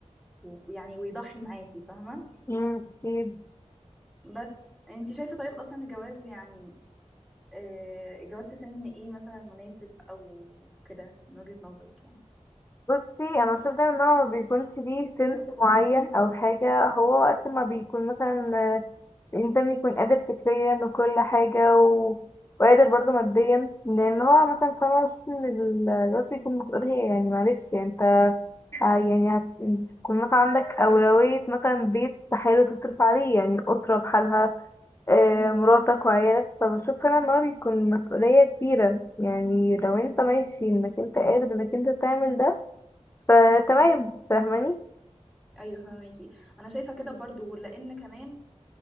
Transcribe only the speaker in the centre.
ويعني ويضحي معاكي فاهمه
بس انتي شايفه طيب اصلا الجواز يعني آه، الجواز في سن ايه مثلا مناسب او كده من وجهة نظرك يعني
امم
اه
ايوه فهميكي انا شايفة كده برضو لان كمان